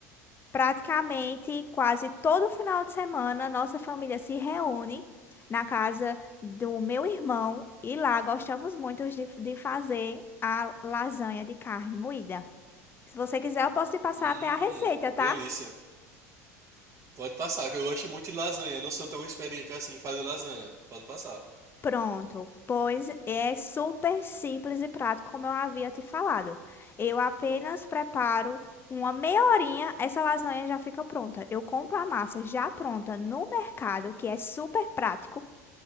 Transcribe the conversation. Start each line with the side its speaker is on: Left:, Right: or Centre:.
Left: Praticamente quase todo final de semana, nossa família se reúne na casa do meu irmão e lá gostamos muito de, de fazer a lasanha de carne moída. Se você quiser, eu posso te passar
Right: Hum,
Left: até a receita, tá?
Right: delícia. Pode passar, que eu gosto muito de lasanha. Eu não sou tão experiente assim em fazer lasanha. Pode passar.
Left: Pronto, pois é super simples e prático, como eu havia te falado. Eu apenas preparo uma meia horinha, essa lasanha já fica pronta. Eu compro a massa já pronta no mercado, que é super prático.